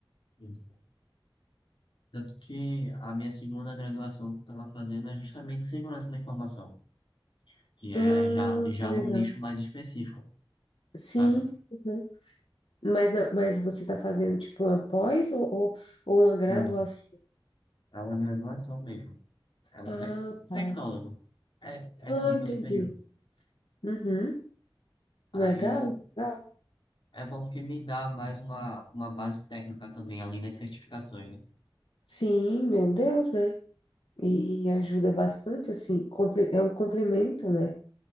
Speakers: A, on the left; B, on the left.
A: Isso. Tanto que a minha segunda graduação que eu estava fazendo é justamente segurança da informação, que é
B: Ah,
A: já, já
B: que legal.
A: num nicho mais específico,
B: Sim,
A: sabe?
B: uhum. Mas, não- mas você está fazendo tipo uma pós ou, ou, ou uma graduação?
A: Não, é uma graduação mesmo. É um
B: Ah,
A: tec-
B: tá.
A: tecnólogo. É, é
B: Ah,
A: de nível
B: entendi.
A: superior.
B: Uhum.
A: Aí
B: Legal, legal.
A: é bom porque me dá mais uma, uma base técnica também, além das certificações, né?
B: Sim, meu Deus, né? E, e ajuda bastante, assim, compre- é um complemento, né?